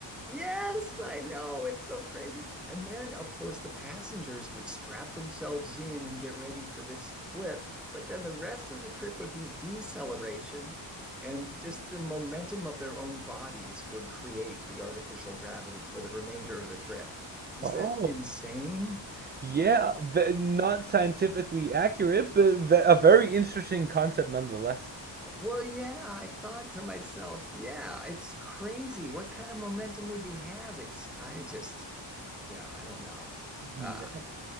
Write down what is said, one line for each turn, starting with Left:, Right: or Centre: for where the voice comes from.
Centre: Yes, I know. It's so crazy. And then, of course, the passengers would strap themselves in and get ready for this flip. But then the rest of the trip would be deceleration, and just the momentum of their own bodies would create the artificial gravity for the remainder of the trip. Is
Right: Oh.
Centre: that insane?
Right: Yeah, ve- not scientifically accurate, but ve a very interesting concept nonetheless.
Centre: Well, yeah, I thought to myself, yeah, it's crazy. What kind of momentum would you have? It's, I just, yeah, I don't know.
Right: Yeah.
Centre: Uh, <laughs>